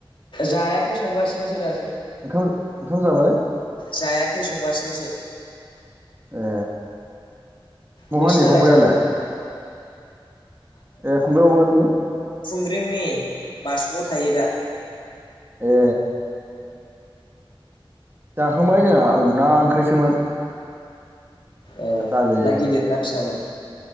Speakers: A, on the left; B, on the right.
A: जायाखै संगासिनोसो दासो।
B: ओंखाम ओंखाम जाबाय?
A: जायाखै संगासिनोसो।
B: ए बहानि
A: नोंसिनालाय
B: फंबायालाय
A: जाबाय ना?
B: ए फंबाया बहानि?
A: खुंग्रिंनि बासुगआव थायो दा।
B: ए जाखांबाय जोंहा ना ओंख्रिसोमोन।
A: ए
B: दालि
A: ना गिदिरना ना फिसामोन?